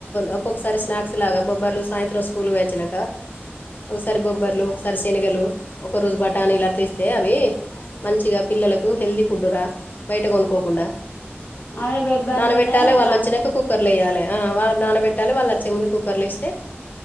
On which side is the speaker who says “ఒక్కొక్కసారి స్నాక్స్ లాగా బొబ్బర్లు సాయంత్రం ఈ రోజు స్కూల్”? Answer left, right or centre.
Left